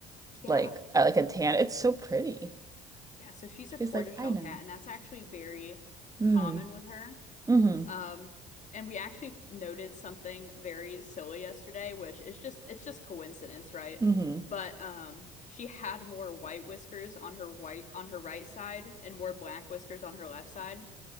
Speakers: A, on the left (about 45°); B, on the right (about 20°).
A: Yeah.
B: like uh, like a tan. It's so pretty.
A: Yeah, so she's a
B: She's
A: tortoiseshell
B: like, I know.
A: cat and that's actually very
B: Hmm.
A: common with her.
B: Mm-hmm.
A: Um, and we actually noted something very silly yesterday, which is just it's just coincidence, right?
B: Mm-hmm.
A: But um, she had more white whiskers on her white on her right side and more black whiskers on her left side,